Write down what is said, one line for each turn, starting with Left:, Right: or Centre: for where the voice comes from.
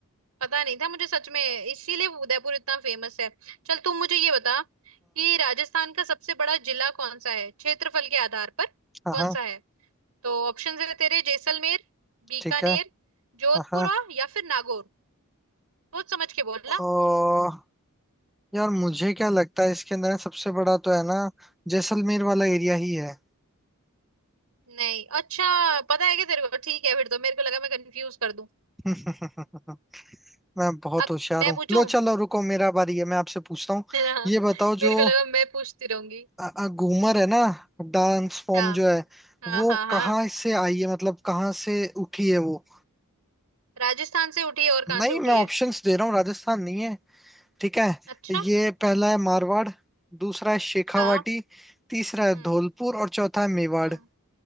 Right: पता नहीं था मुझे सच में इसीलिए वो उदयपुर इतना फेमस है चल तू मुझे ये बता कि राजस्थान का सबसे बड़ा जिला कौन सा है क्षेत्रफल के आधार पर
Centre: हाँ
Right: कौन
Centre: हाँ,
Right: सा है तो ऑप्शन है तेरे जैसलमेर बीकानेर
Centre: ठीक है
Right: जोधपुर
Centre: हाँ हाँ
Right: और या फिर नागौर सोच समझ के बोलना
Centre: और यार मुझे क्या लगता है इसके अंदर सबसे बड़ा तो है ना जैसलमेर वाला एरिया ही है
Right: नहीं अच्छा पता है क्या तेरे को ठीक है फिर तो मेरे को लगा मैं कंफ्यूज कर दूं
Centre: <laughs> मैं बहुत
Right: अब
Centre: होशियार
Right: मैं
Centre: हूँ
Right: पूछूं
Centre: लो
Right: <laughs>
Centre: चलो रुको मेरा बारी है मैं आपसे पूछता हूँ
Right: हाँ,
Centre: ये बताओ
Right: मेरे
Centre: जो
Right: को लगा मैं पूछती रहूंगी
Centre: अ- अ, घूमर है ना डांस फॉर्म
Right: हाँ
Centre: जो है
Right: हाँ
Centre: वो
Right: हाँ हाँ
Centre: कहाँ से आई है मतलब कहाँ से उठी है वो
Right: राजस्थान से उठी है और कहाँ
Centre: नहीं
Right: से उठी
Centre: मैं ऑप्शंस
Right: है
Centre: दे रहा हूँ राजस्थान नहीं है ठीक है
Right: अच्छा
Centre: ये पहला है मारवाड़ दूसरा है शेखावाटी
Right: हाँ
Centre: तीसरा है
Right: हम्म
Centre: धौलपुर और चौथा है मेवाड़
Right: हम्म